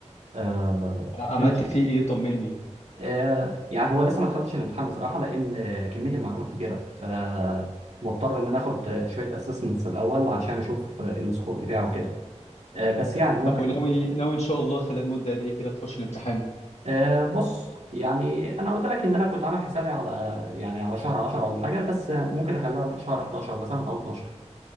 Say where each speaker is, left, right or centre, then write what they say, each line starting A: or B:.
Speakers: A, on the right; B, on the left.
A: آه،
B: عملت
A: أنا شايف-
B: فيه ايه طمني
A: آه، يعني هو لسه ما دخلتش الامتحان بصراحه لان كميه المعلومات كبيره ف مضطر ان انا اخد شويه اسسمنتس الاول عشان اشوف السكور بتاعه كده آه، بس يعني ممكن
B: طب وناوي ناوي ان شاء الله خلال مدة قد ايه كده تخش الامتحان
A: أه بص يعني انا قلت لك ان انا كنت عامل حسابي على يعني على شهر 10 ولا حاجه بس ممكن اخليها شهر 11 مثلا او 12